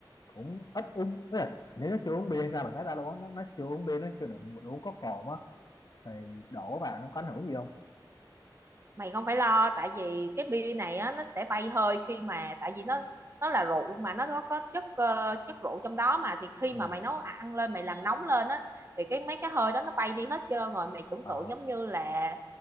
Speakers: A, on the left; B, on the right.
A: cũng ít uống Tức là nếu nó chưa uống bia hay sao mà nói ta luôn á nó, nó chưa uống bia nó chưa đủ, đủ có cồn á thì đổ vào nó có ảnh hưởng gì không
B: mày không phải lo tại vì cái bia này á nó sẽ bay hơi khi mà tại vì nó nó là rượu mà nó có có chất ờ, chất rượu trong đó mà thì khi
A: ừ.
B: mà mày nấu ăn lên mày làm nóng lên á thì cái mấy cái hơi đó nó bay đi hết trơn rồi mày tưởng
A: Ờ,
B: tượng giống như là